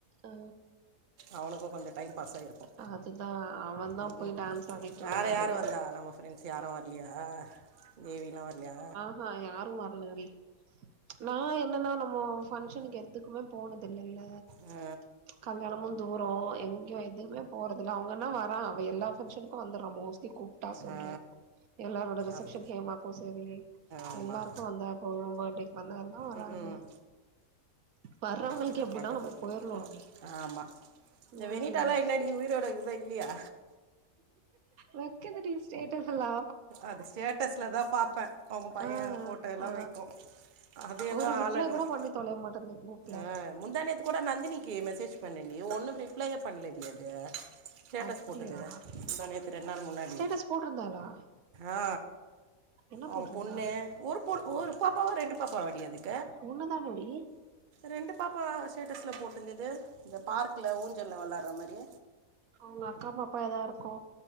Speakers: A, on the right; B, on the right.
A: ஆ
B: அவனுக்கோ கொஞ்ச டைம் பாஸ்சா இருக்கோ
A: அதுதா அவன் தா
B: ம்
A: போய்
B: ம்
A: டான்ஸ் ஆடிட்டு
B: வேற
A: இருந்தாரு
B: யாரு வந்தா நம்ம ஃப்ரெண்ட்ஸ் யாரோ வர்லியா தேவிலா வர்லியா
A: அ யாரு வர்லடி நா என்னன்னா நம்மோ ஃபங்க்ஷனுக்கு எதுக்குமே போனதுல்லல
B: அ
A: கல்யாணமோ தூரோ எங்யோ எதுக் துமே போறதுல்ல அவுங்கனா வரா அவ எல்லா ஃபங்க்ஷனுக்கு வந்துட்றா மோஸ்ட்லி கூப்ட்டா சொல்ற
B: ஆ
A: எல்லாரோட ரிசப்ஷன்க்கு
B: அப்
A: ஹேமாக்கோ சரி
B: ஆமாம்
A: எல்லாருக்கோ வந்தா இப்ப ஒ படே வந்தாருந்தா வராங்க
B: ம் ம்
A: வர்றவங்களுக்கு
B: என்ன
A: எப்டின்னா
B: பண்றதுப்
A: நம்ம
B: போ
A: போயிரணுண்டி
B: ஆமா இந்த
A: ம்
B: வெனீட்டார்லா இன்னடி உயிரோட இக்தா இல்லியா
A: வெக்குது டி ஸ்டேட்டஸ்ல்லா
B: அது ஸ்டேட்டஸ்ல தா பாப்ப அவுங்க பைய
A: ஆ
B: ஃபோட்டோ எல்லா
A: ஆ
B: வெக்கோ அது எதோ
A: ஒரு ரிப்ளை
B: ஆள் அட்ரஸ்
A: கூட பண்ணி தொலைய மாட்டேன்து குரூப்ல
B: அ முந்தானேத்து கூட நந்தினிக்கு மெசேஜ் பண்ணண்டி ஒன்னு ரிப்ளையே பண்ணல டி அது ஸ்டேட்டஸ்
A: அப்டியா
B: போட்டுக்கிற முந்தா நேத்து ரெண் நாள் முன்னாடி
A: ஸ்டேட்டஸ் போட்ருந்தாளா
B: ஆ
A: என்ன
B: அவுங்க
A: போட்ருந்தா
B: பொண்ணு ஒரு பொ ஒரு பாப்பாவா ரெண்டு பாப்பாவா டி அதுக்
A: ஒன்னு தான மௌடி
B: ரெண்டு பாப்பா வ ஸ்டேட்டஸ்ல போட்டுந்தது இந்த பார்க்ல ஊஞ்சல்ல வெள்ளார மாரி
A: அவுங்க அக்கா பாப்பா எதா இருக்கு